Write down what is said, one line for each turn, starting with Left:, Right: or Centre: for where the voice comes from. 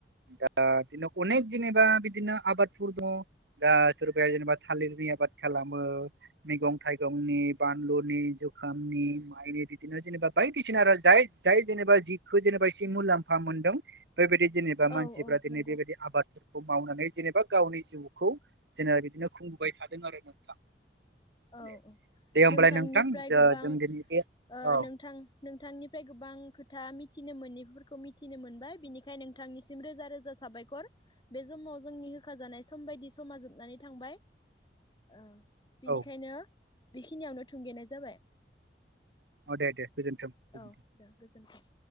Right: दा बिदिनो अनेक जेनेबा बिदिनो आबादफोर दङ दा सोरबाया जेनेबा थालिरनि आबाद खालामो मैगं थाइगंनि बानलुनिु जु खामनि माइनि बिदिनो जेनेबा बायदिसिना आरो जाय जाय जेनेबा जि जिखो जेनेबा एसे मुलाम्फा मोनो मोनदों बेबायदि जेनेबा
Left: औ
Right: मानसिफ्रा
Left: औ
Right: दिनै
Left: नंगौ
Right: बेबायदि आबादफोरखौ मावनानै जेनेबा गावनि जिउखौ जेनेबा बिदिनो खुंबोबाय थादों आरो नोंथां।
Left: औ
Right: दे दे होमबालाय
Left: नोंथांनिफ्राय
Right: नोंथां
Left: गोबां
Right: जों दिनै बे
Left: ओ
Right: औ
Left: नोंथां नोंथांनिफ्राय गोबां खोथा मिथि मिथिनो मोनैफोरखौ मिथिनो मोनबाय बिनिखायनो नोंथांनिसिम रोजा रोजा साबायखर। बे समाव जोंनि होखाजानाय सम बायदि समा जोबनानै थांबाय ओ। बेनिखायनो
Right: औ
Left: बेखिनियावनो थुंगेनाय जाबाय।
Right: औ दे दे गोजोन्थों गोजोन्थों
Left: औ दे गोजोनथों।